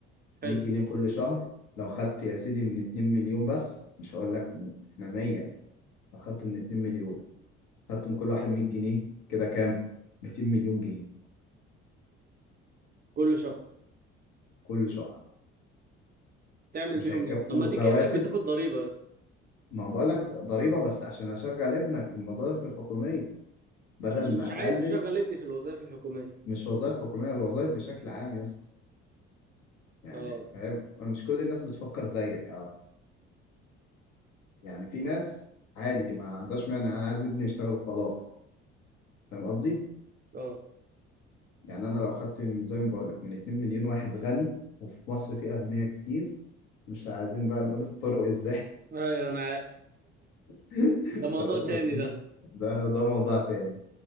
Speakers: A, on the right (about 25°); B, on the left (about 60°).
A: حلو
B: 100 جنيه كل شهر لو خدت يا سيدي من 2 مليون بس مش هقول لك من- احنا 100 لو خدت من 2 مليون خدت من كل واحد 100 جنيه كده كام 200 مليون جنيه
A: كل شهر
B: كل شهر
A: تعمل
B: مش
A: بيهم
B: هيكفوا
A: ايه طب ما دي
B: رواتب
A: كأنك بتاخد ضريبة بس
B: ما بقول لك ضريبة بس عشان أشغل ابنك في الوظائف الحكومية بدل
A: طب ما انا
B: ما
A: مش عايز
B: أقلل
A: اشغل ابني في الوظائف الحكومية
B: مش وظائف حكومية الوظائف بشكل عام يا اسطى يعني
A: اه
B: فاهم مش كل الناس بتفكر زيك عارف يعني في ناس عادي ما عندهاش مانع أنا عايز ابني يشتغل وخلاص فاهم قصدي؟
A: اه
B: يعني أنا لو خدت من- زي ما بقول لك من 2 مليون واحد غني وفي مصر في أغنياء كتير مش عايزين بقى نقول الطرق إزاي
A: ايوه انا عارف
B: <laughs>
A: ده موضوع
B: تمام
A: تاني
B: بس ده
A: ده
B: ده موضوع تاني